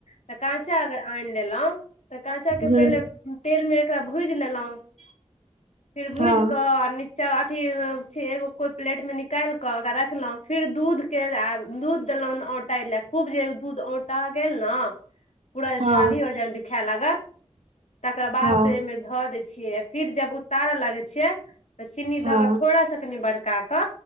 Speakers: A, on the left; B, on the right.
A: तऽ काँचा अगर आनि लेलहुँ तऽ काँचाके
B: हूँ
A: पहिले
B: हँ हूँ
A: तेलमे एकरा भूजि लेलहुँ फिर भूज
B: हँ
A: कऽ नीचा अथी एगो कोई प्लेट में निकालिके ओकरा रखलहुॅं फेर दूध के दूध देलहुं ताहि ले खूब जे दूध औंटा गेल ने पूरा जे
B: हँ
A: छाली आर जे खाय लागत तकर बाद
B: हँ
A: से एहिमे धऽ देय छियै फिर जब उतारऽ लागे छियै तऽ चीनी
B: हँ
A: धऽ के थोड़ा से कनी बड़कााक